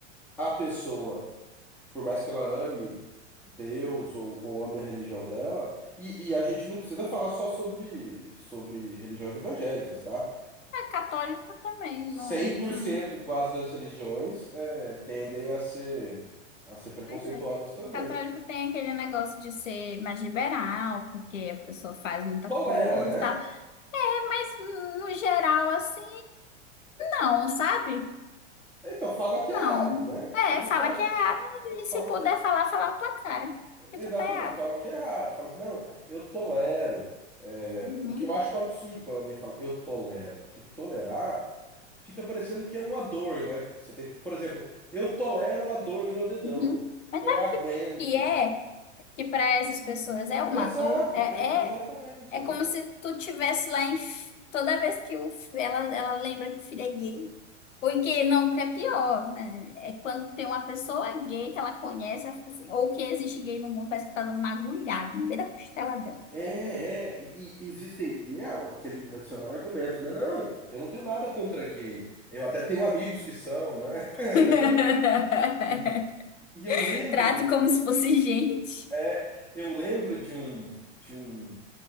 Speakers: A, in the centre; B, on the left.
A: a pessoa, por mais que ela ame Deus ou, ou ame a religião dela, e, e a gente não precisa falar só sobre, sobre religiões evangélicas, tá?
B: É católico também,
A: Cem
B: não.
A: por
B: Hum,
A: cento quase das religiões é, tendem a ser, a ser preconceituosas
B: pois é.
A: também.
B: Católico tem aquele negócio de ser mais liberal, porque a pessoa faz muita
A: Tolera,
B: coisa,
A: né?
B: tá? Mas no geral, assim, não, sabe?
A: Então fala que
B: Não.
A: é errado, né?
B: É,
A: Eles
B: fala
A: falam,
B: que é A.
A: eles
B: E
A: falam
B: se puder
A: que é
B: falar, fala a tua cara. Que
A: Exatamente,
B: tu tá é A.
A: falam que é errado, falam assim, não, eu tolero. É,
B: Uhum,
A: o que eu acho um absurdo quando alguém fala eu tolero, porque tolerar fica parecendo que é uma dor, né? Que você tem, por exemplo, eu tolero a dor no meu dedão.
B: uhum.
A: Tipo,
B: Mas sabe
A: eu aguento.
B: o que, que é? Que pra essas pessoas é uma
A: Exato,
B: dor. É,
A: ex- exatamente.
B: é, é
A: exa-
B: como se tu tivesse lá em. f- Toda vez que o, f- ela, ela lembra que o filho é gay. Ou que não, que é pior, né? É quando tem uma pessoa gay que ela conhece, ela fica assim, ou que existe gay no mundo, parece que tá dando uma agulhada no meio da costela dela.
A: é, é, e, e existe, e é o- aquele tradicional argumento, né? Não, eu não tenho nada contra gay. Eu até tenho amigos que são, né? <laughs>
B: <laughs>
A: E, e eu lembro,
B: Trato como se fosse gente.
A: é, eu lembro de um. De um